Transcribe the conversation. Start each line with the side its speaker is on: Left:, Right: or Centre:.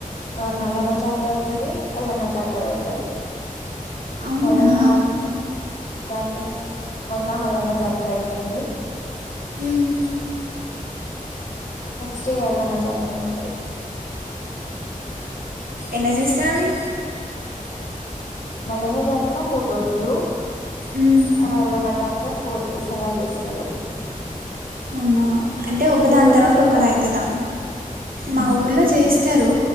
Left: ఆ మల్లన్న జాతర అయితది, ఎల్లమ్మ జాతర అయితది.
Right: అవునా
Left: మల్లన్న జాతర మొన్న మల్లన్న జాతర అయిపోయింది.
Right: మ్మ్.
Left: నెక్ట్స్ ఇగ ఎల్లమ్మ జాతర ఉంటది
Right: ఎలా జేస్తారు అవి
Left: మల్లన్న జాతర మూడు రోజులు
Right: మ్మ్.
Left: ఆ ఎల్లమ్మ జా అర ఫోర్ డేస్ అలా చేస్తారు
Right: అవునా అంటే ఒక
Left: మీ
Right: దాని
Left: ఊర్లో
Right: తర్వాత
Left: చేయరా
Right: ఒకదా అవుతుందా మా ఊర్లో చేస్తారు